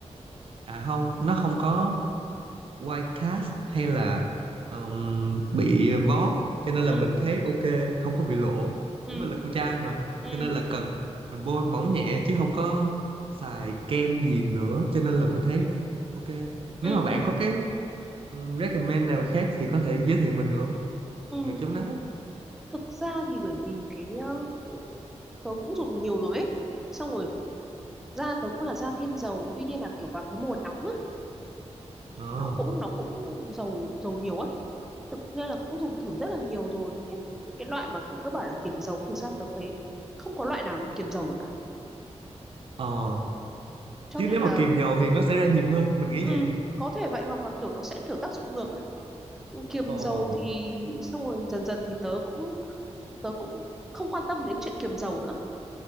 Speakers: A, on the right (about 50°); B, in the centre.
A: à không nó không có white cast hay là um, bị vón cho nên
B: Ừ.
A: là mình thấy ok không có bị lộ
B: Ừ.
A: nhưng mình là con trai mà
B: Ừ.
A: cho nên là cần mình bôi mỏng nhẹ chứ không có xài kem gì nữa cho nên là mình thấy ok
B: Ừ.
A: nếu mà bạn
B: Ừ.
A: có cái um, recommend nào khác thì có thể giới thiệu mình được không
B: Ừ.
A: được chống nắng á.
B: Thực ra thì bởi vì cái ờ, tớ cũng dùng nhiều rồi ấy xong rồi da tớ cũng là da thiên dầu tuy nhiên là kiểu vào cái mùa nóng á
A: ờ
B: nó cũng nó cũng dầu dầu nhiều á tự nên là cũng dùng thử rất là nhiều rồi hết những cái loại mà kiểu cứ bảo là kiềm dầu thì sao tớ thấy không có loại nào mà kiềm dầu được cả
A: ờ
B: cho
A: chứ
B: nên
A: nếu
B: là
A: mà kìm dầu thì nó sẽ ra nhiều hơn mình nghĩ
B: ừ,
A: vậy
B: có thể vậy hoặc là kiểu nó sẽ kiểu tác dụng ngược á. kiềm
A: ờ
B: dầu thì xong rồi dần dần thì tớ cũng tớ cũng không quan tâm đến chuyện kiềm dầu nữa